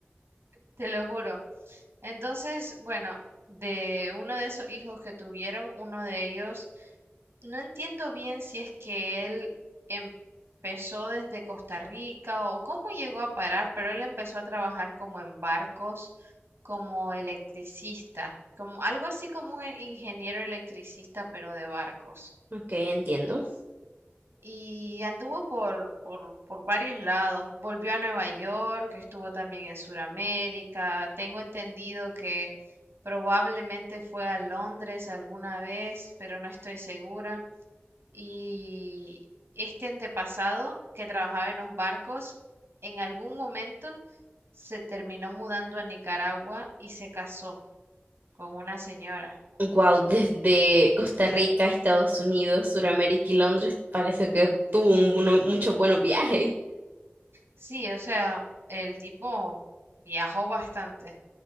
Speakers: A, on the right; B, on the right.
A: Te lo juro. Entonces, bueno, de uno de esos hijos que tuvieron, uno de ellos, no entiendo bien si es que él empezó desde Costa Rica o cómo llegó a parar, pero él empezó a trabajar como en barcos, como electricista, como algo así como un ingeniero electricista, pero de barcos.
B: Ok, entiendo.
A: Y anduvo por, por, por varios lados. Volvió a Nueva York, estuvo también en Sudamérica. Tengo entendido que probablemente fue a Londres alguna vez, pero no estoy segura. Y este antepasado que trabajaba en los barcos, en algún momento se terminó mudando a Nicaragua y se casó con una señora.
B: Wow, desde Costa Rica, Estados Unidos, Suramérica y Londres, parece que tuvo un- uno- muchos buenos viajes.
A: Sí, o sea, el tipo viajó bastante.